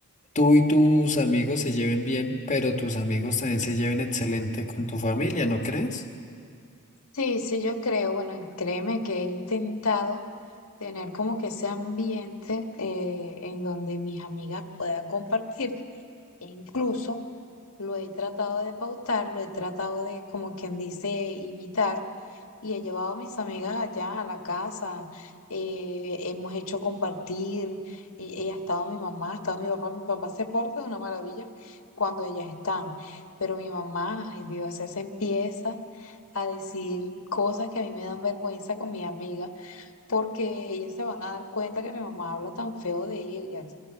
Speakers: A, on the left; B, on the left.
A: tú y tus amigos se lleven bien, pero tus amigos también se lleven excelente con tu familia, ¿no crees?
B: sí, sí, yo creo. Bueno, y créeme que he intentado tener como que ese ambiente eh, en donde mis amigas puedan compartir. E incluso lo he tratado de pautar, lo he tratado de, como quien dice, imitar. Y he llevado a mis amigas allá a la casa. eh, hemos hecho compartir. Y, y ha estado mi mamá, ha estado mi papá. Mi papá se porta de una maravilla cuando ellas están. Pero mi mamá, ay Dios, ella se empieza a decir cosas que a mí me dan vergüenza con mi amiga porque ellas se van a dar cuenta que mi mamá habla tan feo de ellas.